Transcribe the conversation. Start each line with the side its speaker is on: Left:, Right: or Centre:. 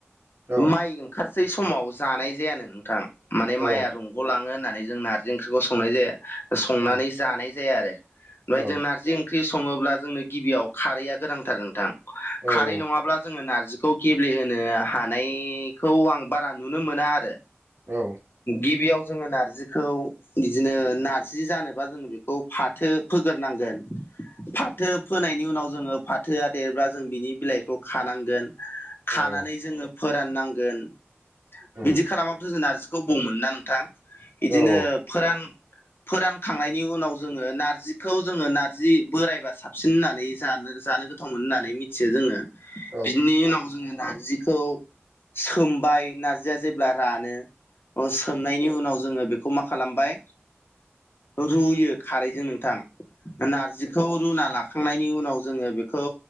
Right: औ
Left: माइ ओंखारसै समाव जानाय जायानो नोंथां माने
Right: औ
Left: माइआ रंग'लाङो होननानै जों नारजि ओंख्रिखौ संनाय जाया संनानै
Right: औ
Left: जानाय जाया आरो ओमफ्राय
Right: औ
Left: जोंना नारजि ओंख्रै सङोब्ला जोंनो गिबियाव खारैया गोनांथार नोंथां
Right: औ
Left: खारै नङाब्ला जोङो नारजि खौ गेब्लेहोनो हानायखौ आं बारा नुनो मोना आरो
Right: औ
Left: गिबियाव जोङो नारजिखौ बिदिनो नार्जि जानोबा जोङो बेखौ फाथो फोगोरनांगोन फाथो फोनायनि उनाव जोङो फाथोआ देरब्ला जों बिनि बिलाइखौ खानांगोन खानानै
Right: औ
Left: जोङो फोराननांगोन बिदि
Right: औ
Left: खालामाबाथ जों नारजिखौ बबाव मोननो ना नोंथां इदिनो
Right: औ औ
Left: फोरान फोरानखांनायनि उनाव जोङो नारजिखौ जोङो नार्जि बोरायबा साबसिन होननानै जानो जानो गोथाव होननानै मिथियो जोङो
Right: औ उम औ उम
Left: बिनि उनाव जोङो नारजि खौ सोमबाय नारजिया जेब्ला रानो सो नायनि उनाव जोङो बेखौ मा खालामबाय रुयो खारैजों नोंथां नारजिखौ रुना लाखांनायनि उनाव जोङो बेखौ